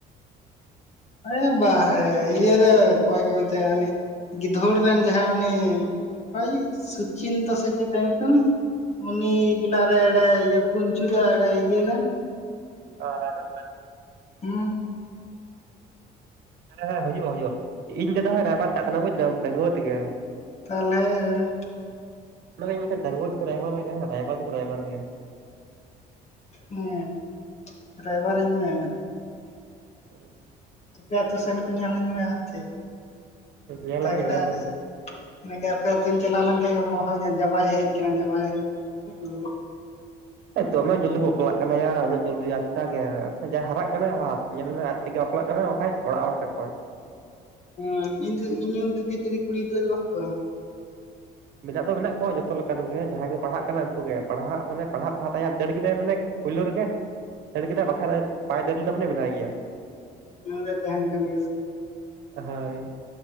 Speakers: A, on the left (about 40°); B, on the right (about 75°).
A: ᱦᱮ ᱵᱟᱜ ᱤᱭᱮ ᱨᱮ ᱚᱠᱚᱭ ᱠᱚ ᱢᱮᱛᱟᱭᱟ ᱩᱱᱤ ᱜᱤᱫᱷᱚᱲ ᱨᱮᱱ ᱡᱟᱦᱟᱸᱭ ᱩᱱᱤ <unintelligible> ᱥᱩᱪᱤᱱᱛᱟ ᱥᱮ ᱪᱮᱫ ᱛᱟᱭ ᱧᱩᱛᱩᱢ ᱩᱱᱤ ᱵᱤᱞᱟ ᱨᱮ ᱮᱲᱮ ᱯᱩᱧᱪᱩ ᱫᱟ ᱮᱲᱮ ᱤᱭᱟᱹ ᱞᱮᱢ
B: ᱚ ᱨᱮᱵᱮᱱ ᱵᱮᱱ
A: ᱦᱩᱸ
B: ᱦᱮᱸ ᱦᱮᱸ ᱦᱩᱭᱩᱜᱼᱟ ᱦᱩᱭᱩᱜᱼᱟ ᱤᱧ ᱫᱟᱫᱟ ᱦᱚᱭ ᱨᱟᱭᱵᱟᱨ ᱠᱟᱜ ᱛᱟᱞᱮ ᱵᱩᱡᱽ ᱮᱫᱟᱢ ᱰᱟᱹᱜᱩᱣᱟᱹ ᱛᱮᱜᱮ
A: ᱛᱟᱞᱦᱮ
B: ᱚᱱᱟ ᱜᱮᱧ ᱢᱮᱱ ᱮᱫ ᱛᱟᱦᱮᱫ ᱰᱟᱜᱩᱣᱟᱹ ᱛᱮᱠᱚ ᱨᱟᱭᱵᱟᱨ <unintelligible> ᱨᱟᱭᱵᱟᱨ ᱫᱚᱠᱚ ᱨᱟᱭᱵᱟᱨ ᱜᱮᱭᱟ
A: ᱦᱮᱸ ᱨᱟᱭᱵᱟᱨ ᱤᱧ ᱢᱮ
B: ᱦᱩᱸ
A: ᱟᱯᱮ ᱟᱛᱳ ᱥᱮᱱ ᱠᱚ ᱧᱮᱞ ᱤᱧ ᱢᱮ ᱟᱨᱠᱮ <unintelligible>
B: ᱧᱮᱞᱟᱢᱮ ᱧᱮᱞᱟᱢᱮ
A: ᱟᱛᱮᱡ ᱤᱱᱟ ᱠᱮ ᱟᱯᱮ ᱟᱹᱛᱩᱧ ᱪᱟᱞᱟᱣ ᱞᱮᱱᱠᱷᱟᱡ ᱜᱮ ᱦᱚᱦᱚ ᱟᱸᱡᱚᱢᱟ ᱡᱟᱶᱟᱭᱮ ᱦᱮᱡ ᱠᱟᱱᱟ ᱡᱟᱶᱟᱭ ᱦᱮᱡ ᱟᱠᱟᱱᱟ
B: ᱫᱚᱢᱮ ᱡᱚᱞᱫᱤ ᱠᱚ ᱵᱟᱯᱞᱟᱜ ᱠᱟᱱᱟ ᱭᱟ ᱩᱱᱟᱹᱜ ᱡᱚᱞᱫᱤ ᱟᱪᱠᱟ ᱜᱮ ᱡᱟᱦᱟᱸᱭ ᱦᱟᱨᱟᱜ ᱠᱟᱱᱟ ᱵᱟᱥ ᱧᱮᱞ ᱢᱮ ᱟᱡ ᱛᱮᱜᱮ ᱵᱟᱯᱞᱟᱜ ᱠᱟᱱᱟ ᱵᱟᱠᱷᱟᱡ ᱚᱲᱟᱜ ᱦᱚᱲ ᱥᱮᱫ ᱠᱷᱚᱱ
A: ᱦᱮ ᱤᱧ <unintelligible> ᱛᱷᱮᱠᱮ ᱪᱮᱞᱮ ᱠᱩᱲᱤ ᱜᱤᱫᱽᱨᱟᱹ ᱜᱮ ᱵᱟᱱᱩᱜ ᱠᱚᱣᱟ
B: ᱢᱮᱱᱟᱜ ᱫᱚ ᱢᱮᱱᱟᱜ ᱠᱚᱣᱟ ᱡᱚᱛᱚ ᱞᱮᱠᱟᱱ ᱜᱮ ᱡᱟᱦᱟᱸᱭ ᱠᱚ ᱯᱟᱲᱦᱟᱜ ᱠᱟᱱᱟ ᱩᱱᱠᱩ ᱜᱮ ᱯᱟᱲᱦᱟᱜ ᱢᱟᱱᱮ ᱯᱟᱲᱦᱟᱜ ᱯᱟᱲᱦᱟ ᱛᱮᱜᱮ ᱫᱟᱹᱲ ᱠᱮᱫᱟᱭ ᱢᱟᱱᱮ ᱯᱳᱭᱞᱳ ᱨᱮᱜᱮ ᱫᱟᱹᱲ ᱠᱮᱫᱟᱭ ᱵᱟᱠᱷᱟᱡ ᱵᱟᱭ ᱫᱟᱹᱲ ᱞᱮᱫᱟ ᱢᱟᱱᱮ ᱢᱮᱱᱟᱭ ᱜᱮᱭᱟ
A: ᱚᱱᱟ ᱫᱚ ᱛᱟᱦᱮᱱ ᱠᱟᱱ ᱜᱮᱭᱟ ᱥᱮ
B: ᱦᱳᱭ